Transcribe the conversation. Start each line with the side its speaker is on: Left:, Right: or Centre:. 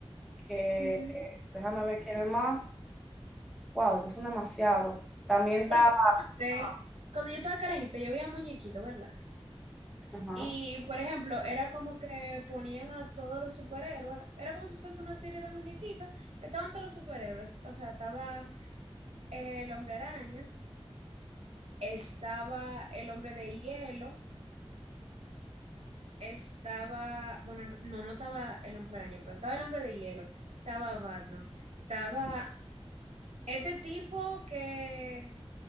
Centre: que
Right: Ujú.
Centre: déjame ver quién es más. Wow, que son demasiados. También está
Right: Porque antes, cuando yo estaba carajita, yo veía muñequitos, ¿verdad?
Centre: ajá,
Right: Y, por ejemplo, era como que ponían a todos los superhéroes, era como si fuese una serie de muñequitos que estaban todos los superhéroes. O sea, estaba eh, el hombre araña, estaba el hombre de hielo, estaba, bueno, no, no no estaba el hombre araña, pero estaba el hombre de hielo, estaba Batman, estaba este tipo que,